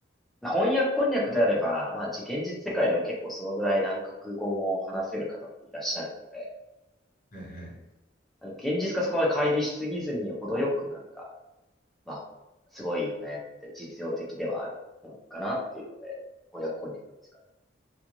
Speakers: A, in the centre; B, on the left.
A: まあ翻訳こんにゃくであれば、まあ、じ現実世界でも結構そのぐらい何国語も話せる方っていらっしゃるので、
B: はい。はい。
A: 現実がそこまで乖離しすぎずに、程よくなんか、まあ、すごいよねって実用的ではあるものかなっていうので、翻訳こんにゃくですかね。